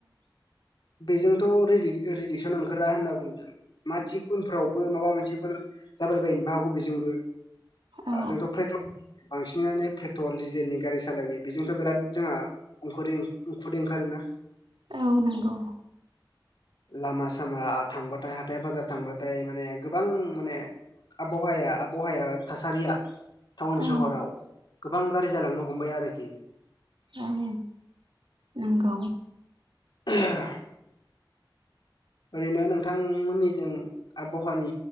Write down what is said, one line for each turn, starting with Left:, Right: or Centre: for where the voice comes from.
Left: बेजोंथ' रदि रिदिक्सन ओंखारा होनना बुंदों मा थिग उनफ्रावबो माबा मोनसेफोर जाबाय बायनोबो हागौ बेजोंबो
Right: औ
Left: जोंथ' पेट्रल बांसिनानो पेट्रल डिजेलनि गारि सालायो बेजोंथ' बिराद जोंहा उखद ओंखारा
Right: औ नंगौ
Left: लामा सामा थांबाथाय हाथाथाय बाजार थांबाथाय माने गोबां माने आबहावाया आबहावाया थासारिया टाउन
Right: औ
Left: सहराव गोबां गारि जालांनो हमबाय आरोखि
Right: आं नंगौ
Left: <unintelligible> ओरैनो नोंथांमोननिजों आबहावानि